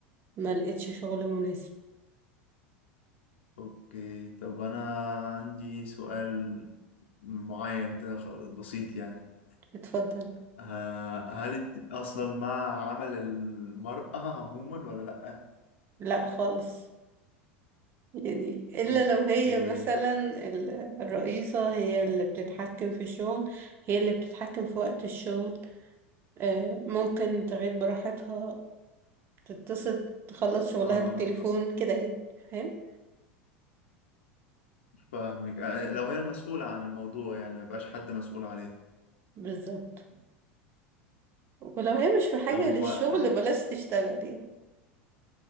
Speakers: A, on the right; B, on the left.
A: ما لقيتش شغل مناسب
B: اوكي طب انا عندي سؤال معين كده خ- بسيط يعني
A: اتفضل
B: آه، هل انت اصلا مع عمل المرأة عموما ولا لأ
A: لا خالص يعني الا
B: اوكي
A: لو هي مثلا ال- الرئيسة هي اللي بتتحكم في الشغل هي اللي بتتحكم في وقت الشغل آه، ممكن تغيب براحتها تتصل تخلص شغلها
B: اه
A: بالتليفون كده يعني فاهم
B: فاهمك آه، لو هي المسؤولة عن الموضوع يعني ما يبقاش حد مسؤول عليها
A: بالظبط ولو هي مش في حاجة
B: طب هو
A: للشغل بلاش تشتغل يعني